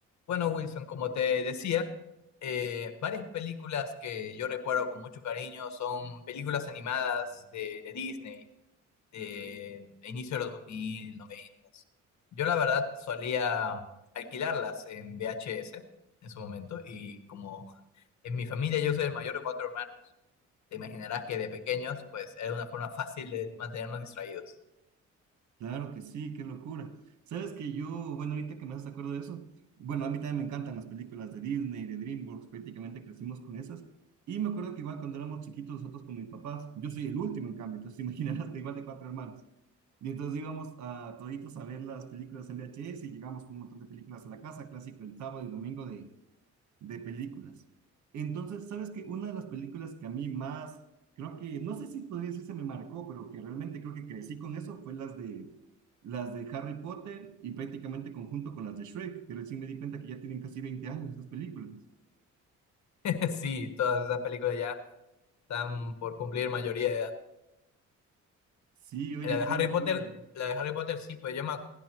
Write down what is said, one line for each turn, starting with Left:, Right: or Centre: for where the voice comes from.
Left: Bueno, Wilson, como te decía, eh, varias películas que yo recuerdo con mucho cariño son películas animadas de, de Disney, de inicio de los 2000 90. Yo la verdad solía alquilarlas en VHS en su momento y como en mi familia yo soy el mayor de cuatro hermanos, te imaginarás que de pequeños pues era una forma fácil de mantenernos distraídos.
Right: Claro que sí, qué locura. Sabes que yo, bueno, ahorita que me haces acuerdo de eso, bueno, a mí también me encantan las películas de Disney, de DreamWorks, prácticamente crecimos con esas. Y me acuerdo que igual cuando éramos chiquitos nosotros con mis papás, yo soy el último en cambio, entonces te <laughs> imaginarás, te igual de cuatro hermanos. Y entonces íbamos a toditos a ver las películas en VHS y llegamos con un montón de películas a la casa, clásico el sábado y domingo de, de películas. Entonces, ¿sabes qué? Una de las películas que a mí más, creo que, no sé si podría decir se me marcó, pero que realmente creo que crecí con eso, fue las de, las de Harry Potter y prácticamente conjunto con las de Shrek, que recién me di cuenta que ya tienen casi 20 años las películas.
Left: <laughs> Sí, todas esas películas ya están por cumplir mayoría de edad.
Right: Sí, oye,
Left: La de
Right: qué
Left: Harry
Right: locura.
Left: Potter,
Right: ¿no?
Left: la de Harry Potter sí, pues yo me ac-